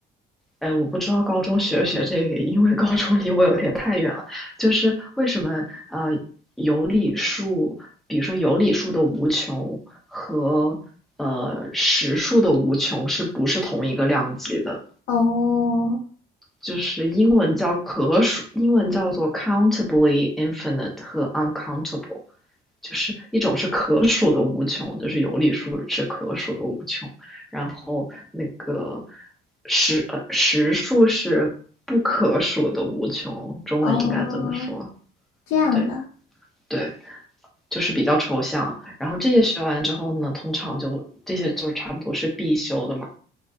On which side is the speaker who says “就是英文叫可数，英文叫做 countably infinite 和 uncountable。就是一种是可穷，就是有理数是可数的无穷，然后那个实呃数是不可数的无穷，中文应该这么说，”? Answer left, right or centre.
Centre